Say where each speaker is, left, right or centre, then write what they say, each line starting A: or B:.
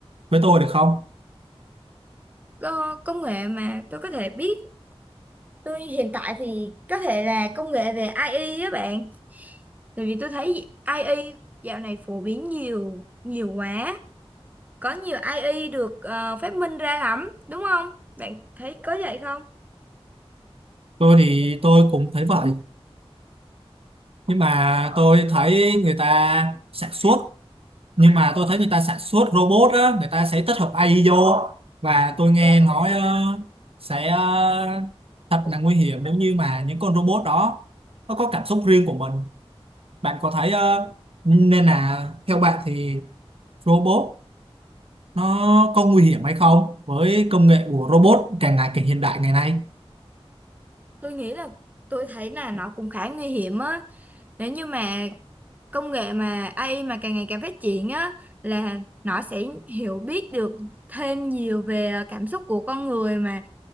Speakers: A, on the right (about 65°); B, on the right (about 15°).
A: với tôi được không
B: Ờ, công nghệ mà tôi có thể biết tôi hiện tại thì có thể là công nghệ về AI á bạn tại vì tôi thấy AI dạo này phổ biến nhiều nhiều quá có nhiều AI được ờ, phát minh ra lắm đúng không bạn thấy có vậy không
A: tôi thì tôi cũng thấy vậy nhưng mà tôi thấy người ta sản xuất nhưng mà tôi thấy người ta sản xuất robot á người ta sẽ tích hợp AI vô và tôi nghe nói ờ, sẽ ờ, thật là nguy hiểm nếu như mà những con robot đó nó có cảm xúc riêng của mình bạn có thấy ờ, nên là theo bạn thì robot nó có nguy hiểm hay không với công nghệ của robot càng ngày càng hiện đại ngày nay
B: tôi nghĩ là tôi thấy là nó cũng khá nguy hiểm á nếu như mà công nghệ mà AI mà càng ngày càng phát triển á là nó sẽ hiểu biết được thêm nhiều về cảm xúc của con người mà